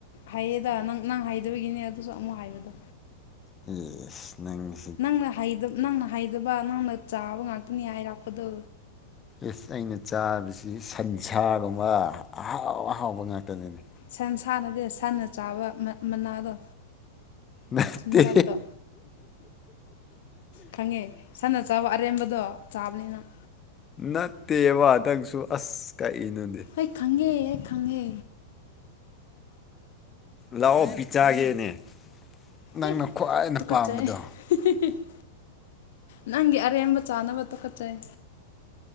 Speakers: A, on the left (about 60°); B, on the left (about 25°).
A: ꯍꯥꯏꯌꯦꯗ ꯅꯪ ꯅꯪ ꯍꯥꯏꯗꯕꯒꯤꯅꯦ ꯑꯗꯨꯁꯨ ꯑꯃꯨꯛ ꯍꯥꯏꯕꯗꯣ
B: ꯏꯁ ꯅꯪ
A: ꯅꯪꯅ ꯍꯩꯗ ꯅꯪꯅ ꯍꯩꯗꯕ ꯅꯪꯅ ꯆꯥꯕ ꯉꯥꯛꯇꯅꯤ ꯍꯥꯏꯔꯥꯛꯄꯗꯣ
B: ꯏꯁ ꯑꯩꯅ ꯆꯥꯕꯁꯤ ꯁꯟꯁꯥꯒꯨꯝꯕ ꯑꯍꯥꯎ ꯑꯍꯥꯎꯕ ꯉꯥꯛꯇꯅꯅꯦ
A: ꯁꯟ ꯁꯥ ꯅꯗꯦ ꯁꯟꯅ ꯆꯥꯕ ꯃ ꯃꯅꯥꯗꯣ
B: ꯅꯠꯇꯦ
A: ꯆꯤꯟꯖꯥꯛꯇꯣ ꯈꯪꯉꯦ ꯁꯥꯟꯅ ꯆꯥꯕ ꯑꯔꯦꯝꯕꯗꯣ ꯆꯥꯕꯅꯦ ꯅꯪ
B: ꯅꯠꯇꯦꯕ ꯅꯪꯁꯨ ꯑꯁ ꯀꯔꯤꯅ‌ꯣꯅ‌ꯦ
A: ꯑꯩ ꯈꯪꯉꯦ ꯑꯩ ꯈꯪꯉꯦ
B: ꯂꯥꯛꯑꯣ ꯄꯤ ꯆꯥꯒꯦꯅꯦ ꯅꯪꯅ
A: ꯑꯦ
B: ꯈ꯭ꯋꯥꯏꯅ
A: ꯇꯨꯀꯠꯆꯩ
B: ꯄꯥꯝꯕꯗꯣ
A: <unintelligible> ꯅꯪꯒꯤ ꯑꯔꯦꯝꯕ ꯆꯥꯅꯕ ꯇꯨꯈꯠꯆꯩ